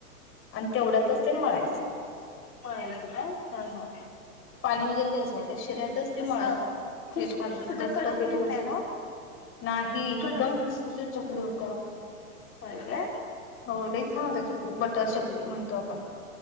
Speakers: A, on the left; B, on the left.
A: आणि तेवढ्यातच ते मळायच.
B: माच का हा हा.
A: पाणी वगैरे घ्यायचं नाही त्या शिऱ्यातच ते
B: असं
A: मळायच
B: खुसखुशीत
A: पीठ घालून
B: होत्या
A: घट.
B: कडंग
A: पेट
B: होईत
A: हो
B: नाही ना
A: नाही एकदम
B: कड
A: खुसखुशीत चकली होत्या.
B: अ का
A: हो लई छान होत चकली बटर चकली म्हणतो आपण